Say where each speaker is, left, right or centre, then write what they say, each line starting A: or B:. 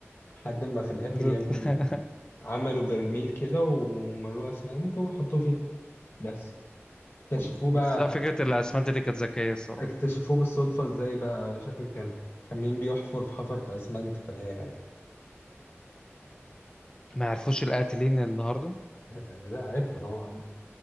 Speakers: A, on the left; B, on the left.
A: لحد ما في الآخر
B: <laughs>
A: يا ابني عملوا برميل كده وملوه أسمنت وحطوه فيها بس اكتشفوه
B: بس
A: بقى
B: على فكرة الأسمنت دي كانت ذكية الصراحة
A: اكتشفوه بالصدفة ازاي بقى شكل كان كان مين بيحفر في حفر في أسمنت فلاقيها
B: ما يعرفوش القاتلين النهاردة
A: يعني لا عارفه طبعا